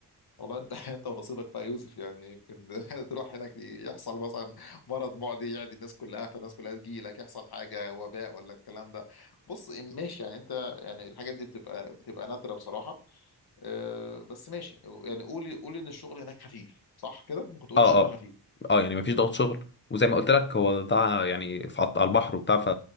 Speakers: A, on the left; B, on the left.
A: والله انت <laughs> انت ونصيبك بقى يا يوسف يعني يمكن <laughs> تروح هناك يحصل مثلا مرض معدي يعدي الناس كلها فالناس كلها تجي لك يحصل حاجه وباء ولا الكلام ده بص ماشي يعني انت يعني الحاجات دي بتبقى بتبقى نادره بصراحه اه، بس ماشي يعني قولي قولي ان الشغل هناك خفيف صح كده ممكن تقولي
B: اه
A: الشغل
B: اه
A: خفيف
B: اه يعني مفيش
A: ماشي
B: ضغط شغل وزي ما قلت لك هو ده يعني في على البحر وبتاع ف...